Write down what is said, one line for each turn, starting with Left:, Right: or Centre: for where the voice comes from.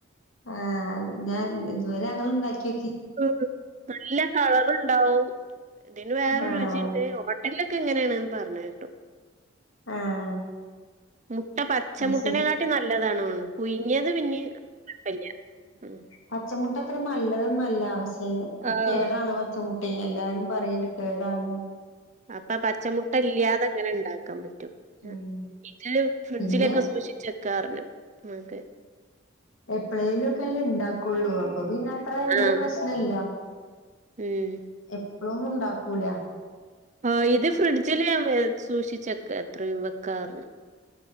Left: ആഹ് ഞാൻ ഇതുവരെ അങ്ങള്ണ്ടാക്കി
Right: ഉം നല്ല കളറ്ണ്ടാവും, തിന് വേറെ
Left: ആഹ്
Right: രുചിണ്ട് ഹോ ട്ടൽല്ലൊക്കെങ്ങനേണ്ന്ന് പർഞ്ഞേട്ടു
Left: ആഹ്
Right: മുട്ട പച്ചമുട്ടനെ
Left: അത് ശെരി
Right: കാട്ടി നല്ലതാണ്ഓൺണ്. പുയ്ങ്ങിയത് പിന്നിം കൊയ്പ്പല്യ ഉം
Left: പച്ചമുട്ടത്ര നല്ലതൊന്നുഅല്ല പക്ഷേ അത്
Right: ആഹ്
Left: കേടാണ് പച്ചമു ട്ടി എല്ലാരും പറിയിണ്ട് കേടാന്ന്
Right: അപ്പ പച്ചമുട്ടല്ല്യാതെങ്ങനെ ണ്ടാക്കാൻ പറ്റും.
Left: ഉം
Right: ഇത് ഫ്രിഡ്ജിലൊക്കെ
Left: പിന്നെ
Right: സൂക്ഷി ച്ചെക്കാർഞ്ഞു. അതെ
Left: എപ്പളേലുഒക്കല്ലേ ണ്ടാക്കൊള്ളൂ. അപ്പ പിന്നെത്രെ വെല്യ
Right: ആഹ്
Left: പ്രശ്നല്ല
Right: ഉം
Left: എപ്പളും ഒന്നുണ്ടാക്കൂല
Right: ആഹ് ഇത് ഫ്രിഡ്ജില് എ സൂക്ഷിച്ചക്ക എത്രയും വെക്കാർഞ്